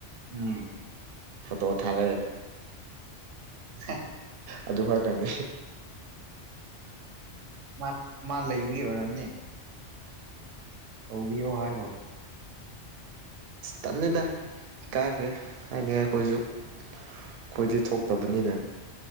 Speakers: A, on the right (about 85°); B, on the right (about 65°).
A: ꯎꯝ
B: ꯐꯣꯇꯣ ꯊꯥꯔꯦ
A: ꯍ
B: ꯑꯗꯨ ꯈꯛꯇꯅꯤ
A: ꯃꯥ ꯃꯥ ꯂꯩꯕꯒꯤ ꯑꯣꯏꯔꯝꯅꯤ ꯇꯧꯕꯤꯌꯣ ꯍꯥꯏꯒꯣ
B: ꯇꯜꯂꯦꯗ ꯏ ꯀꯥꯏꯈ꯭ꯔꯦ ꯍꯥꯏꯅꯤꯡꯉꯥꯏ ꯑꯩꯈꯣꯏꯁꯨ ꯑꯩꯈꯣꯏꯗꯤ ꯊꯣꯛꯇꯕꯅꯤꯅ